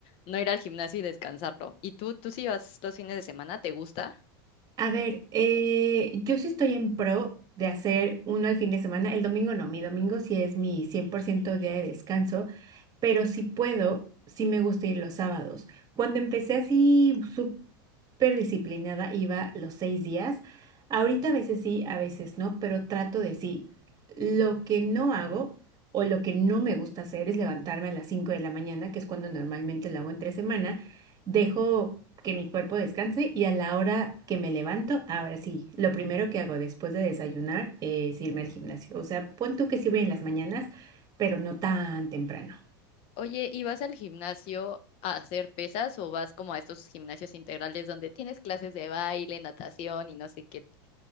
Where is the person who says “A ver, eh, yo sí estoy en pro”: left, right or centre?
Right